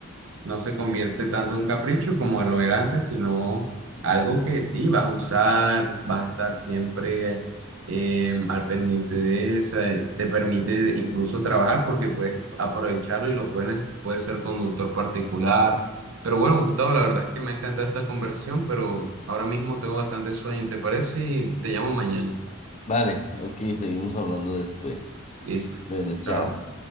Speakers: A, on the right; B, on the left.
A: no se convierte tanto en un capricho como lo era antes, sino algo que sí vas a usar, vas a estar siempre eh, al pendiente de eso, eh, te permite incluso trabajar porque puedes aprovecharlo y lo puedes, puedes ser conductor particular. Pero bueno, Gustavo, la verdad es que me ha encantado esta conversión, pero ahora mismo tengo bastante sueño, ¿te parece? Y te llamo mañana.
B: Vale, ok, seguimos hablando después.
A: Listo.
B: Bueno, chao.
A: Chao.